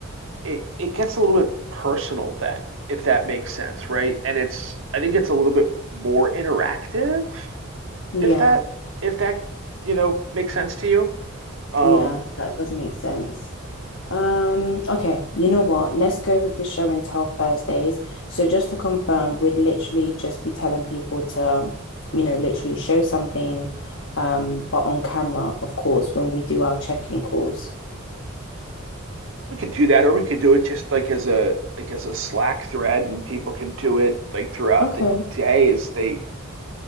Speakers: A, on the right; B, on the left.
A: it it gets a little bit personal then, if that makes sense, right? And it's I think it's a little bit more interactive,
B: Yeah,
A: if that if that, you know, makes sense to you. Um
B: yeah, that does make sense. Um, okay, you know what? Let's go with the show and tell Thursdays. So just to confirm, we'd literally just be telling people to, you know, literally show something, um, but on camera, of course, when we do our check-in calls.
A: We could do that, or we could do it just like as a like as a Slack thread, and people can do it like throughout
B: Okay.
A: the day as they.